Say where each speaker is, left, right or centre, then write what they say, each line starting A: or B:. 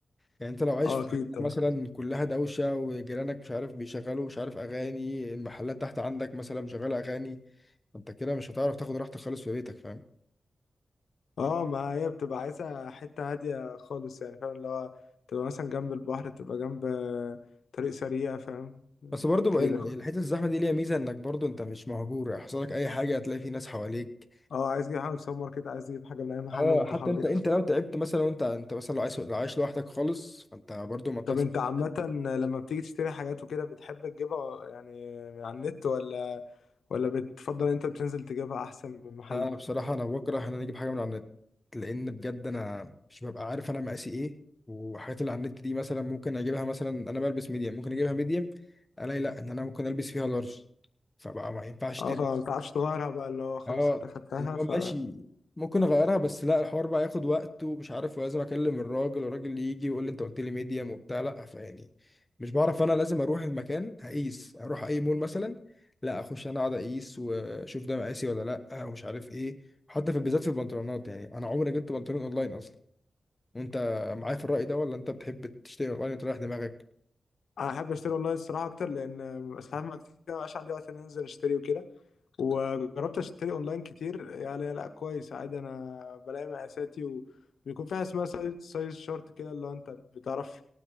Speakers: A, on the left; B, on the left.
A: يعني انت لو عايش
B: اه
A: في
B: اكيد
A: حتة
B: طبعا
A: مثلا كلها دوشه وجيرانك مش عارف بيشغلوا مش عارف اغاني المحلات تحت عندك مثلا مشغله اغاني انت كده مش هتعرف تاخد راحتك خالص في بيتك فاهم
B: اه ما هي بتبقى عايزه حته هاديه خالص يعني فاهم اللي هو تبقى مثلا جنب البحر تبقى جنب آه، طريق سريع فاهم
A: بس برضو بقى
B: كده
A: ال- الحته الزحمه دي ليها ميزه انك برضو انت مش مهجور يحصل لك اي حاجه هتلاقي في ناس حواليك
B: اه عايز تجيب حاجه من السوبر ماركت عايز تجيب حاجه من اي محل
A: اه
B: انت
A: حتى
B: حواليك
A: انت انت لو تعبت مثلا وانت انت مثلا لو عايش لو عايش لوحدك خالص فانت برضو ما بتحصل
B: طب انت عامه لما بتيجي تشتري حاجات وكده بتحب تجيبها يعني من على النت ولا ولا بتفضل انت بتنزل تجيبها احسن من محل
A: لا انا بصراحه انا بكره ان انا اجيب حاجه من على النت لان بجد انا مش ببقى عارف انا مقاسي ايه والحاجات اللي على النت دي مثلا ممكن اجيبها مثلا انا بلبس ميديم ممكن اجيبها ميديم الاقي لا ان انا ممكن البس فيها لارج فبقى ما ينفعش
B: اه
A: ترجع
B: فما بتعرفش تغيرها بقى اللي هو خلاص
A: اه
B: انت خدتها
A: اللي هو
B: ف
A: ماشي ممكن اغيرها بس لا الحوار بقى ياخد وقت ومش عارف ولازم اكلم الراجل والراجل اللي يجي يقول لي انت قلت لي ميديم وبتاع لا فيعني مش بعرف انا لازم اروح المكان اقيس اروح اي مول مثلا لا اخش انا اقعد اقيس واشوف ده مقاسي ولا لا ومش عارف ايه حتى في بالذات في البنطلونات يعني انا عمري جبت بنطلون اونلاين اصلا وانت معايا في الرأي ده ولا انت بتحب تشتري اونلاين وتريح دماغك
B: انا احب اشتري اونلاين الصراحه اكتر لان ساعات ما كتير مبقاش عندي وقت ان أنا انزل اشتري وكده وجربت اشتري اونلاين كتير يعني لا كويس عادي انا بلاقي مقاساتي وبيكون في حاجه اسمها سايز سايز شورت كده اللي هو انت بتعرف